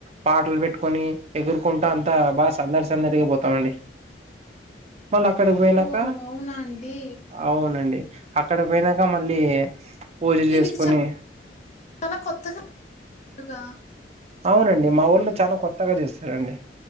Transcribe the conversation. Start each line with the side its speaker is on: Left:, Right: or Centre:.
Right: పాటలు పెట్టుకొని ఎగురుకుంటూ అంతా బాగా సందడి సందడిగి పోతామండి మళ్ళ అక్కడికి పోయినాక
Left: ఓహ్! అవునా అండి?
Right: అవునండి అక్కడ పోయినాక మళ్ళీ పూజ
Left: ఇది
Right: చేసుకొని
Left: చ చాలా కొత్తగా గా
Right: అవునండి మా ఊల్ ల్లో చానా కొత్తగా చేస్తారండి